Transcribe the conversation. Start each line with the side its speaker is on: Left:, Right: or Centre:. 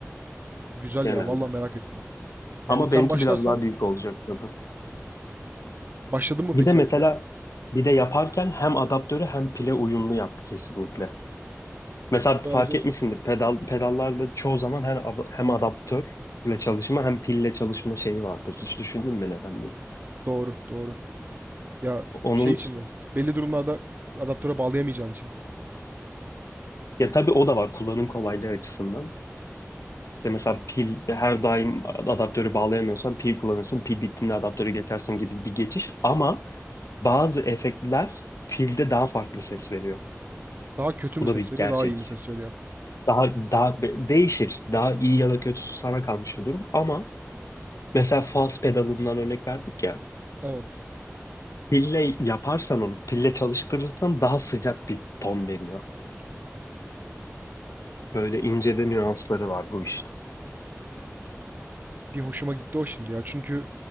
Right: Güzel
Left: Genelde.
Right: ya vallahi merak ettim. Yani
Left: Ama
Right: sen
Left: benimki
Right: başlarsan
Left: biraz daha büyük olacak tabii.
Right: başladın mı
Left: Bir
Right: peki
Left: de mesela
Right: yapmaya?
Left: bir de yaparken hem adaptörü hem pile uyumlu yap kesinlikle. Mesela fark
Right: Böylece
Left: etmişsindir pedal pedallarda çoğu zaman hem ad- hem adaptörle çalışma hem pille çalışma şeyi vardır. Hiç düşündün mü neden diye?
Right: doğru doğru. Ya
Left: Onun
Right: şey için mi? Belli durumlarda adaptöre bağlayamayacağın için.
Left: ya tabii o da var kullanım kolaylığı açısından. İşte mesela pil her daim adaptörü bağlayamıyorsan pil kullanırsın. Pil bittiğinde adaptörü geçersin gibi bir geçiş. Ama bazı efektler pilde daha farklı ses veriyor.
Right: Daha kötü mü
Left: Bu da
Right: ses
Left: bir
Right: veriyor,
Left: gerçek.
Right: daha iyi mi ses veriyor?
Left: Daha daha be- değişir. Daha iyi ya da kötüsü sana kalmış bir durum. Ama mesela faz pedalından örnek verdik ya.
Right: Evet.
Left: Pille yaparsan onu, pille çalıştırırsan daha sıcak bir ton veriyor.
Right: Hmm.
Left: Böyle ince de nüansları var bu işin.
Right: Bir hoşuma gitti o şimdi ya. Çünkü